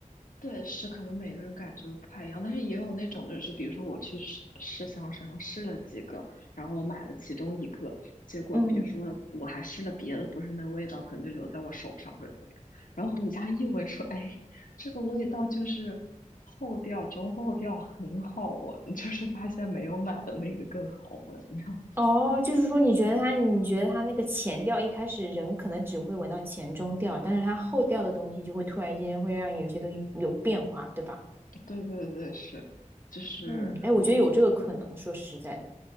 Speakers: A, on the left; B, on the right.
A: 对，是可能每个人感觉都不太一样，但是也有那种就是，比如说我去试试香水上试了几个，然后我买了其中一个，结果比如说我还试了别的，
B: 嗯
A: 不是那味道可能就留在我手上或者怎么样，然后回家一闻说，哎，这个味道就是后调中后调很好闻，<laughs> 就是发现没有买的那个更好闻，那样。
B: 哦，就是说，你觉得它，你觉得它那个前调一开始人可能只会闻到前中调，但是它后调的东西就会突然之间会让有些东西有变化，对吧？
A: <laughs> 对对对，是，就是
B: 嗯，哎，我觉得有这个可能。说实在的，